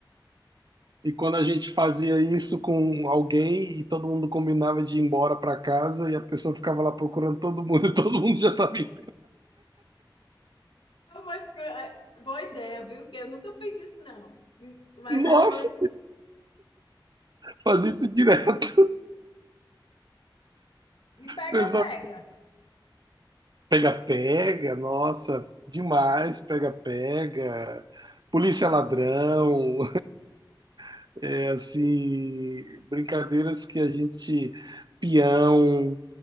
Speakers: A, on the right; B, on the left.
A: E quando a gente fazia isso com alguém e todo mundo combinava de ir embora para casa e a pessoa ficava lá procurando todo mundo <laughs> e todo mundo já estava indo.
B: Ah, Mas, que- é, boa ideia, viu? Porque eu nunca fiz isso, não. Mas
A: Nossa,
B: era uma...
A: fazia isso direto.
B: E pega,
A: Pessoal,
B: pega.
A: Pega-pega, nossa, demais, pega-pega. Polícia ladrão, <laughs> é, assim, brincadeiras que a gente, peão,